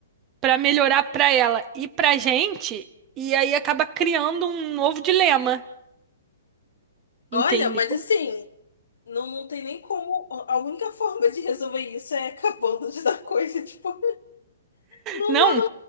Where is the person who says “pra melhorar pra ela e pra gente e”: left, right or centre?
Right